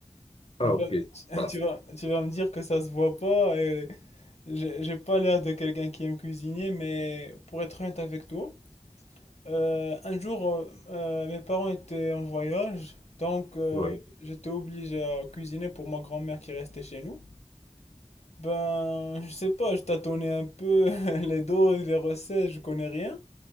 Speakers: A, on the left (about 55°); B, on the left (about 75°).
A: Ah,
B: Tu
A: ok.
B: vas, <laughs>
A: Bah,
B: tu vas, tu vas me dire que ça se voit pas et j'ai j'ai pas l'air de quelqu'un qui aime cuisiner, mais pour être honnête avec toi, Euh, un jour, euh, euh, mes parents étaient en voyage, donc euh,
A: oui,
B: j'étais obligé à cuisiner pour ma grand-mère qui restait chez nous. Ben, je sais pas, je tâtonnais un peu <laughs> les doses, les recettes, je connais rien.